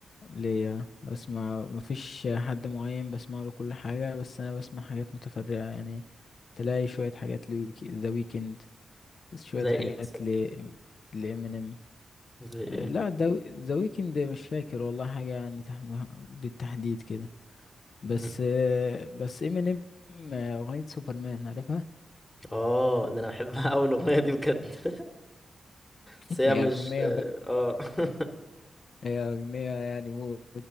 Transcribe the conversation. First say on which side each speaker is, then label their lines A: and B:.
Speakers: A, on the left; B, on the left.
A: ليا بسمع مفيش حد معين بسمع له كل حاجة بس أنا بسمع حاجات متفرعة يعني تلاقي شوية حاجات ذا ويكند شوية
B: زي
A: حاجات
B: ايه مثلا
A: ل لإمينيم
B: زي ايه
A: لا ذا ويكند مش فاكر والله حاجة يعني تح- بالتحديد كده بس
B: مم.
A: آه، بس إمينيم أغنية سوبرمان عارفها
B: اه ده انا بحبها اول اغنيه
A: <laughs>
B: دي بجد <laughs> بس هي
A: هي
B: مش
A: أغنية
B: اه
A: بقى
B: آه. <laughs>
A: هي أغنية يعني موت